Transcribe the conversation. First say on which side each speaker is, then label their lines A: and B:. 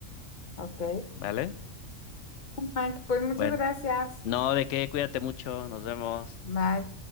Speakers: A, on the left (about 40°); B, on the left (about 70°).
A: ok.
B: ¿Vale?
A: Mike, pues muchas
B: Bueno,
A: gracias.
B: no, de qué, cuídate mucho, nos vemos.
A: Bye.